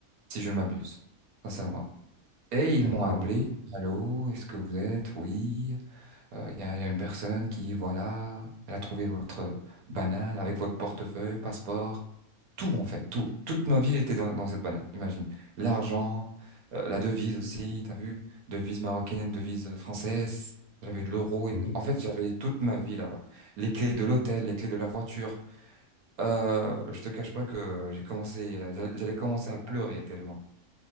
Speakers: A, on the right; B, on the left.
A: si je ne m'abuse, sincèrement. Et ils
B: Ouais,
A: m'ont
B: quand
A: appelé.
B: même.
A: Allô, est-ce que vous êtes? Oui. Euh, Il y a, il y a une personne qui, voilà, elle a trouvé votre banane avec votre portefeuille, passeport tout en fait, tout. Toute ma vie était dans, dans cette banane, imagine. L'argent, euh, la devise aussi, t'as vu? Devise marocaine, devise française. J'avais de l'euro. et-
B: Mhm.
A: En fait, j'avais toute ma vie là-bas. Les clés de l'hôtel, les clés de la voiture. Euh, je te cache pas que j'ai commencé, euh, j'allais j'allais commencer à pleurer tellement.